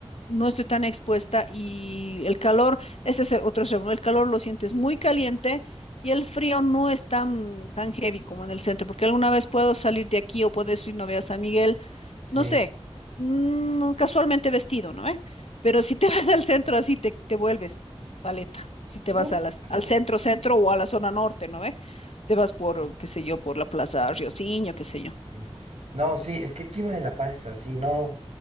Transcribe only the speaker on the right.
sí.
Uh,
no.
sí. No, sí, es que el clima de La Paz es así, no,